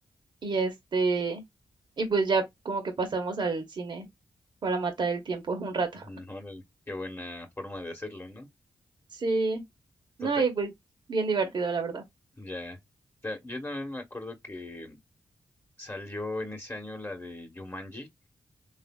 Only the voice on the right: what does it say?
y este, y pues ya como que pasamos al cine para matar el tiempo un rato.
Sí, no,
y pues bien divertido, la verdad.